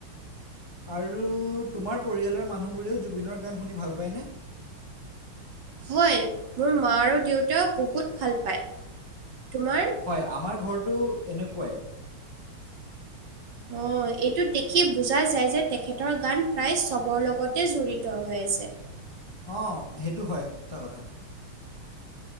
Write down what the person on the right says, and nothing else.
হয়, মোৰ মা আৰু দেউতা বহুত ভাল পায়, তোমাৰ?
অ, এইটো দেখি বুজা যায় যে তেখেতৰ গান প্ৰায় চবৰ লগতে জড়িত হৈ আছে।